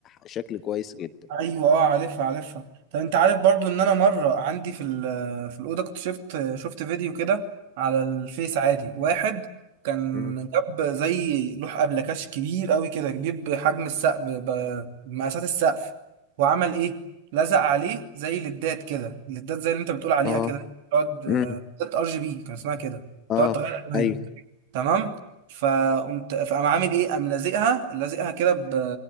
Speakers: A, on the left (about 30°); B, on the right (about 50°).
A: شكل كويس جدا
B: ايوه اه عارفها عارفها طب انت عارف برضو ان انا مره عندي في ال- في الاوضه كنت شفت شفت فيديو كده على الفيس عادي واحد كان
A: مم.
B: جاب زي لوح ابلكاش كبير قوي كده كبير بحجم السقف ب- بمقاسات السقف وعمل ايه لزق عليه زي ليدات كده ليدات زي اللي انت بتقول عليها
A: اه
B: كده تقعد آه،
A: مم.
B: ليدات ار جي بي كان اسمها كده
A: اه
B: تقعد تغير الوان
A: ايوه
B: تمام فقمت فقام عامل ايه قام لازقها لازقها كده ب...